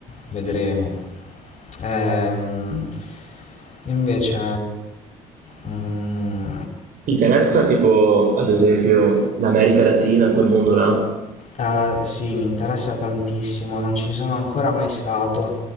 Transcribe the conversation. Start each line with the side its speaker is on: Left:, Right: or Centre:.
Left: vedremo. Ehm, invece, mm,
Right: Ti interessa tipo, ad esempio, l'America Latina, quel mondo là?
Left: Ah, sì, mi interessa tantissimo, non ci sono ancora mai stato.